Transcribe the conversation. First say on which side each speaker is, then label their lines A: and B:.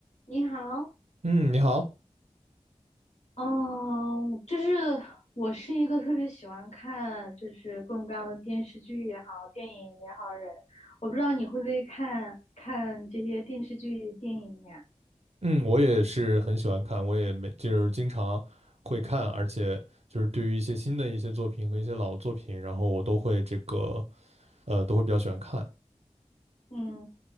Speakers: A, on the left; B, on the right.
A: 你好，
B: 嗯，你好，
A: 嗯，就是我是一个特别喜欢看就是各种各样的电视剧也好，电影也好的人，我不知道你会不会看看这些电视剧、电影呀？
B: 嗯，我也是很喜欢看，我也没就是经常会看，而且就是对于一些新的一些作品和一些老作品，然后我都会这个呃都会比较喜欢看。
A: 嗯，